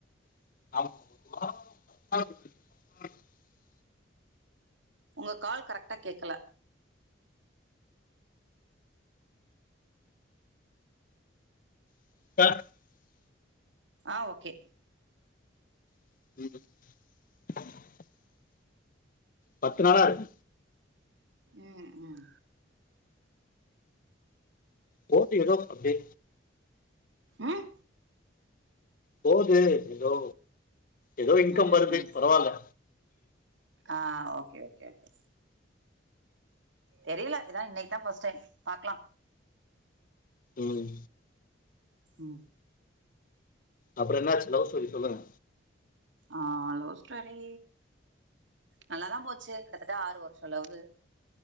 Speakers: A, on the left; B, on the right.
A: <unintelligible>
B: உங்க கால் கரெக்டா கேக்கல
A: <unintelligible>
B: ஆ ஓகே
A: <unintelligible> பத்து நாளா இருக்
B: ம் ம்
A: போது ஏதோ அப்டே
B: ம்
A: போது எதோ எதோ இன்கம்
B: ம்
A: வருது
B: ம்
A: பரவால்ல
B: ஆ ஓகே ஓகே ஓகே தெரியல இதா இன்னிக்கு தா இதா பர்ஸ்ட் டைம் பாக்கலா
A: ம்
B: ம்
A: அப்றோ என்னாச்சி லவ் ஸ்டோரி சொல்லுங்க
B: ஆ லவ் ஸ்டோரி நல்லா தா போச்சி கிட்டத்தட்ட ஆறு வருஷ லவ்வு